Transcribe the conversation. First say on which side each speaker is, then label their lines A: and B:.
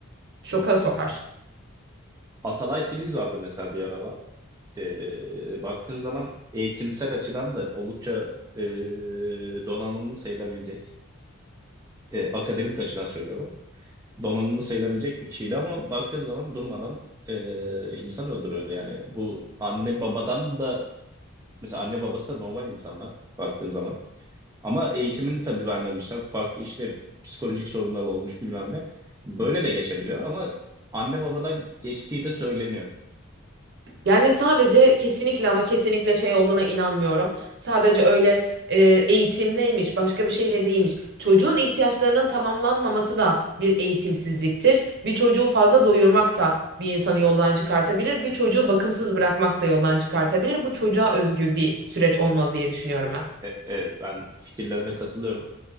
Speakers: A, on the right; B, on the right.
A: şoka sokar.
B: Atalay Filiz vardı mesela bir aralar. Ee, baktığın zaman eğitimsel açıdan da oldukça e, donanımlı sayılabilecek, e, akademik açıdan söylüyorum, donanımlı sayılabilecek bir kişiydi ama baktığın zaman durmadan e, insan öldürüyordu yani. Bu anne babadan da, mesela anne babası da normal insanlar baktığın zaman. Ama eğitimini tabii vermemişler. Farklı işte psikolojik sorunlar olmuş bilmem ne. Böyle de geçebiliyor ama anne babadan geçtiği de söyleniyor.
A: Yani sadece kesinlikle ama kesinlikle şey olduğuna inanmıyorum. Sadece öyle e, eğitim neymiş, başka bir şeyle değilmiş. Çocuğun ihtiyaçlarının tamamlanmaması da bir eğitimsizliktir. Bir çocuğu fazla doyurmak da bir insanı yoldan çıkartabilir. Bir çocuğu bakımsız bırakmak da yoldan çıkartabilir. Bu çocuğa özgü bir süreç olmalı diye düşünüyorum ben.
B: E- Evet, ben fikirlerine katılıyorum.